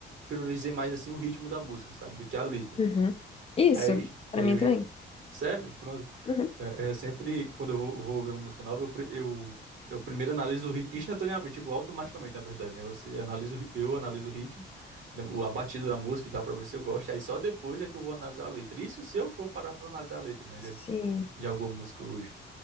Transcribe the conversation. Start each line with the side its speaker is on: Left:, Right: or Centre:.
Right: priorizei mais, assim, o ritmo da música, sabe, do que a letra.
Left: uhum. Isso,
Right: Aí,
Left: pra
Right: aí
Left: mim
Right: eu,
Left: também.
Right: já- Sério? Pronto.
Left: Uhum.
Right: É, é, eu sempre, quando eu vou, vou ouvir uma música nova, eu, pri- eu, eu primeiro analiso o ritmo, instantaneamente, tipo, automaticamente, na verdade, né? Você analisa, o ri- eu analiso o ritmo, né, o- a batida da música e tal, pra ver se eu gosto. Aí só depois é que eu vou analisar a letra. Isso se eu for parar pra analisar a letra, né?
Left: Sim.
Right: De, de alguma música hoje.